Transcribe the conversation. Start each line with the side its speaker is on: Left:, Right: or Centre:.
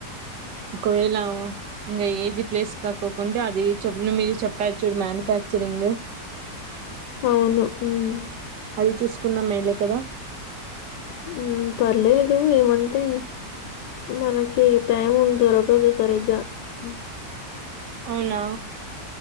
Right: ఒకవేళ ఇంగ ఏది ప్లేస్ కాకోకుంటే అది చెప్న మీరు చెప్పారు చూడు మ్యానుఫ్యాక్చరింగ్
Left: అవును ఉమ్మ్
Right: అది చూసుకున్నా మేలే కదా
Left: ఉమ్మ్ పర్లేదు ఏమంటే మనకి టైం ఉం దొరకదు సరిగ్గా హ్మ్.
Right: అవునా